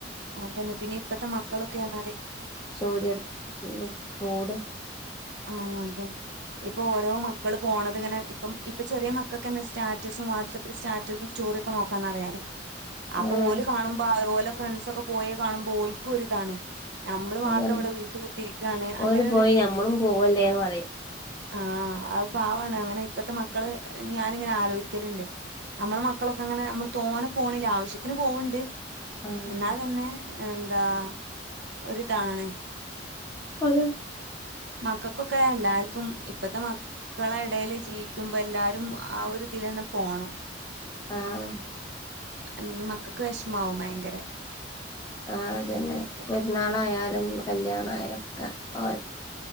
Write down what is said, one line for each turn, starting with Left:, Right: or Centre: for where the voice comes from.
Right: അതന്നെ പിന്നെ ഇപ്പത്തെ മക്കളൊക്കൊന്നാല്
Left: സൂര്യൻ <unintelligible> ചൂട്
Right: ആഹ് അതെ ഇപ്പൊ ഓരോ മക്കള് പോണത് ഇങ്ങനെ ഇപ്പം ഇപ്പ ചെറിയ മക്കൾക്കെന്നെ സ്റ്റാറ്റസും വാട്സ്സപ്പിൽ സ്റ്റാറ്റസും സ് സ്റ്റോറിയൊക്കെ നോക്കാനറിയാലോ. അപ്പൊ
Left: ആഹ്
Right: ഓല് കാണുമ്പോ ഓലെ ഫ്രണ്ട്സക്കെ പോയേ കാണുമ്പോ ഓല്ക്കും ഒര് താണ് നമ്മള്
Left: അതന്നെ
Right: മാത്രം ഇവിടെ വീട്ട് കുത്തിരിക്കാണ് അങ്ങനെരു
Left: ഓല് പോയി ഞമ്മളും പോവല്ലേന്ന് പറയും
Right: ആഹ് അത് പാവാണ് അങ്ങനെ ഇപ്പത്തെ മക്കള് ഞാനിങ്ങനെ ആലോയിക്കല്ണ്ട് നമ്മള മക്കളൊക്കെ അങ്ങനെ നമ്മൾ തോന്നെ പോണില്ല ആവശ്യത്തിന് പോവ്ണ്ട്
Left: ആഹ്
Right: എന്നാ തന്നെ എന്താ ഒരിതാണ്
Left: അതെ
Right: മക്കക്കൊക്കെ എല്ലാർക്കും ഇപ്പത്തെ മ മക്കള എടീൽ ജീവിക്കുമ്പോ ല്ലാരും ആ ഒരു ഇതീലെന്നെ പോണം
Left: ആഹ്
Right: അല്ലെങ്കി മക്കക്ക് വിഷമാവും ഭയങ്കര
Left: ആ അതന്നെ
Right: അങ്ങനെയൊക്കെ
Left: പെരുന്നാളായാലും കല്യാണ ആയാലും ഒക്കെ അവർ